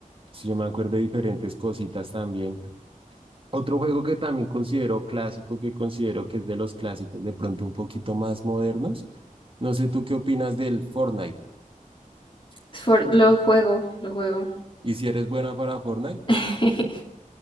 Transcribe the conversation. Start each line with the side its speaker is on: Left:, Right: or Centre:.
Right: Sí, yo me acuerdo de diferentes cositas también. Otro juego que también considero clásico, que considero que es de los clásicos, de pronto un poquito más modernos. No sé tú qué opinas del Fortnite.
Left: For- lo juego, lo juego.
Right: ¿Y si eres buena para Fortnite?
Left: <laughs>